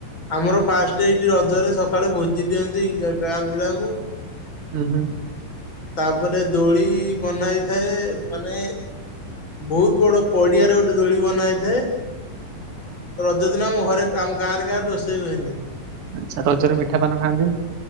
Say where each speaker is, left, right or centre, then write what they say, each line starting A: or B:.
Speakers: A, on the left; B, on the right.
A: ଆମର ଫାଷ୍ଟ ଏଇ ଜୋ ରଜରେ ସକାଳେ ଭୋଜି ଦିଅନ୍ତି ଗାଁ ପିଲାଙ୍କୁ
B: ହୁଁ ହୁଁ
A: ତା ପରେ ଦୋଳି ବନା ହେଇଥାଏ ମାନେ ବହୁତ୍ ବଡ ପଡିଆରେ ଗୋଟେ ଦୋଳି ବନା ହେଇଥାଏ ରଜ ଦିନ ମୋ ଘରେ ଆମ ଗାଁରେ କାହାର ରୋଷେଇ ହୁଏନି
B: ଆଛା ରଜରେ ମିଠା ପାନ ଖାଆନ୍ତି